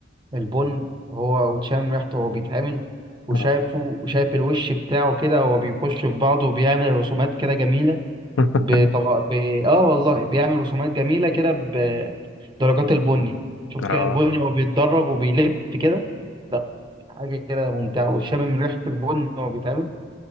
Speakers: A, on the right (about 25°); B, on the left (about 75°).
A: البن وهو وتشم ريحته وهو بيتعمل وشايفه
B: اه
A: وشايف الوش بتاعه كده وهو بيخش في بعضه وبيعمل رسومات كده جميله
B: <laughs>
A: بطبق ب... اه والله بيعمل رسومات جميلة كده بدرجات البني شوف
B: اه
A: كده البني وهو بيتدرج وبيلف كده لا حاجة كده ممتعة وشامم ريحة البن وهو بيتعمل